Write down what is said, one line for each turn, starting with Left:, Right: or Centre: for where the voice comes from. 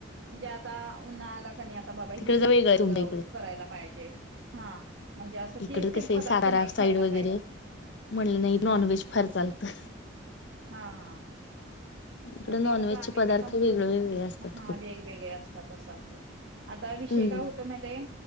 Right: म्हणजे आता उन्हाळाला आता बाबा
Left: तिकडे
Right: हे
Left: ज वेगळा आहे तुमच्या इकड
Right: करायला पाहिजे हा म्हणजे असं
Left: इकडे
Right: तेच तेच
Left: कसं
Right: पदार्थ
Left: आहे सातारा
Right: नाही
Left: साईड
Right: खायला
Left: वगैरे
Right: पाहिजे.
Left: म्हटलं नाही नॉनव्हेज
Right: हा
Left: फार चालतं
Right: हा हा हा
Left: इकडे
Right: मग
Left: नॉनव्हेजचे
Right: ते कसं आम्ही
Left: पदार्थ
Right: ते कंपल
Left: वेगळे वेगळे असतात
Right: हा
Left: खूप
Right: वेगवेगळे असतात असं असे आता विषय
Left: हम्म
Right: काय होतोय माहित आहे का